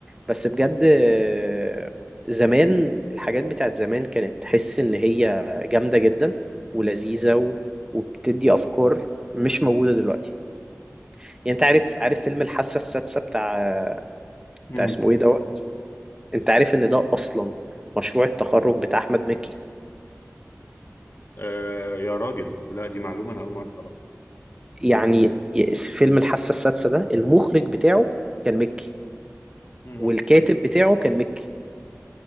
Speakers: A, on the right; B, on the left.
A: بس بجد آه، زمان الحاجات بتاعت زمان كانت تحس ان هي جامدة جدا ولذيذة و... وبتدي افكار مش موجودة دلوقتي يعني انت عارف عارف فيلم الحاسة السادسة بتاع
B: امم
A: بتاع اسمه ايه دوت انت عارف ان ده اصلا مشروع التخرج بتاع احمد مكي
B: آه يا راجل لا دي معلومه انا اول مره اعرفها
A: يعني فيلم الحاسة السادسة ده المخرج بتاعه كان مكي
B: امم
A: والكاتب بتاعه كان مكي